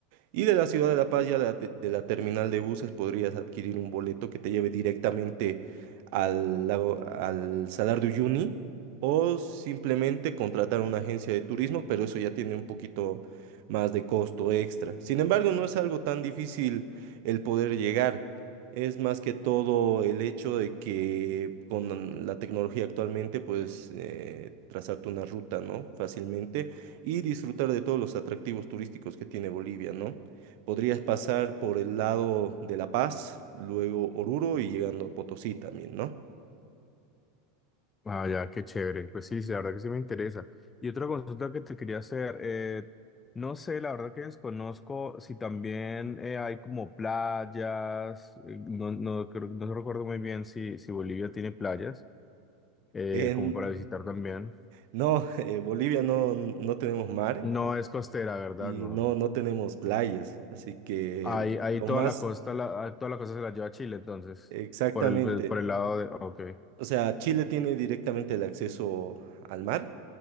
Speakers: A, on the right; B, on the left.
A: Y de la ciudad de La Paz, ya de la te- de la terminal de buses, podrías adquirir un boleto que te lleve directamente al, lago- al Salar de Uyuni o simplemente contratar una agencia de turismo, pero eso ya tiene un poquito más de costo extra. Sin embargo, no es algo tan difícil el poder llegar. Es más que todo el hecho de que con la tecnología actualmente puedes eh, trazarte una ruta, ¿no? Fácilmente y disfrutar de todos los atractivos turísticos que tiene Bolivia, ¿no? Podrías pasar por el lado de La Paz, luego Oruro y llegando a Potosí también, ¿no?
B: Ah, ya, qué chévere. Pues sí, sí, la verdad que sí me interesa. Y otra consulta que te quería hacer, eh, no sé, la verdad que desconozco si también eh, hay como playas, eh, no, no, creo- no recuerdo muy bien si, si Bolivia tiene playas, eh,
A: En,
B: como para visitar también.
A: no, <laughs> eh, Bolivia no, no tenemos mar
B: No es costera, ¿verdad?
A: y
B: No.
A: no, no tenemos playas, así que
B: Ahí, ahí
A: lo
B: toda
A: más
B: la costa, la, ah, toda la costa se la lleva a Chile, entonces,
A: exactamente,
B: por el, por el lado de... Ok.
A: o sea, Chile tiene directamente el acceso al mar,